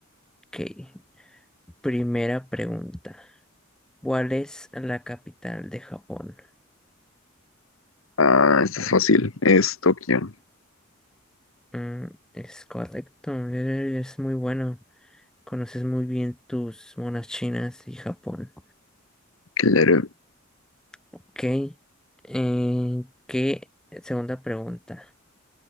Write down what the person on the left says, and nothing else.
Ah, esta es fácil. Es Tokio.
Que ya era-